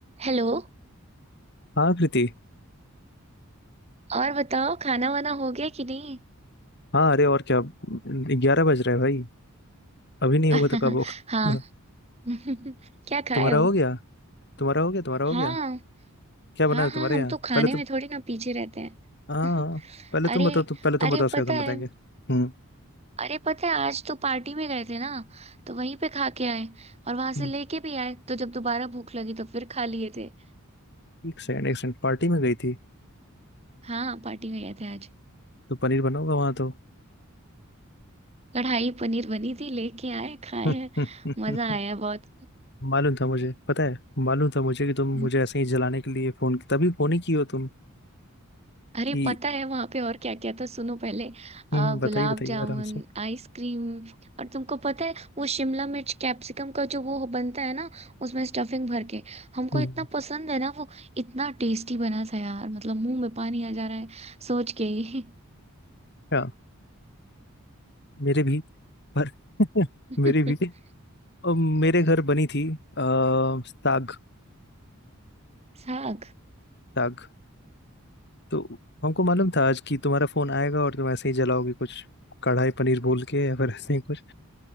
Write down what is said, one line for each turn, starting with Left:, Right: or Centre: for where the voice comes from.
Right: हेलो
Left: हाँ कृति
Right: और बताओ खाना वाना हो गया कि नहीं
Left: हाँ अरे और क्या ग्यारह बज रहे हैं भाई अभी नहीं
Right: <laughs>
Left: होगा तो कब होगा
Right: हाँ
Left: <laughs>
Right: <laughs> क्या खाए
Left: तुम्हारा
Right: हो
Left: हो गया तुम्हारा हो गया तुम्हारा हो
Right: हाँ
Left: गया क्या बना
Right: हाँ
Left: है तुम्हारे
Right: हाँ हम
Left: यहाँ
Right: तो खाने
Left: पहले तुम
Right: में थोड़ी ना पीछे रहते हैं
Left: हाँ हाँ,
Right: <laughs>
Left: पहले तुम
Right: अरे
Left: बताओ तुम पहले तुम
Right: अरे
Left: बताओ उसके
Right: पता
Left: बाद हम बताएंगे
Right: है
Left: हम्म
Right: अरे पता है आज तो पार्टी में गए थे ना तो वहीं पे खा के आए और वहां से
Left: हम्म,
Right: लेके भी आए तो जब दोबारा भूख लगी तो फिर खा लिए थे
Left: एक सेकंड एक सेकंड पार्टी में गई थी
Right: हाँ पार्टी में गए थे आज
Left: तो पनीर बना होगा वहां तो
Right: कढ़ाई पनीर बनी थी लेके आए खाए
Left: <laughs>
Right: मजा आया बहुत
Left: मालूम था मुझे पता है मालूम था मुझे कि तुम
Right: <laughs>
Left: मुझे ऐसे ही जलाने के लिए फोन तभी फोन ही की हो तुम
Right: अरे
Left: कि
Right: पता है वहां पे और क्या क्या था सुनो पहले
Left: हम्म
Right: आ,
Left: बताइए
Right: गुलाब
Left: बताइए
Right: जामुन
Left: आराम से
Right: आइसक्रीम और तुमको पता है वो शिमला मिर्च कैप्सिकम का जो वो बनता है ना उसमें स्टफिंग भर के हमको
Left: हम्म
Right: इतना पसंद है ना वो इतना टेस्टी बना था यार मतलब मुंह में पानी आ जा रहा है सोच के ही
Left: क्या मेरे भी पर <laughs>
Right: <laughs>
Left: मेरी भी अ, मेरे घर बनी थी आ, साग
Right: साग
Left: साग तो हमको मालूम था आज कि तुम्हारा फोन आएगा और तुम ऐसे ही जलाओगे कुछ कढ़ाई पनीर बोल के या फिर ऐसे ही कुछ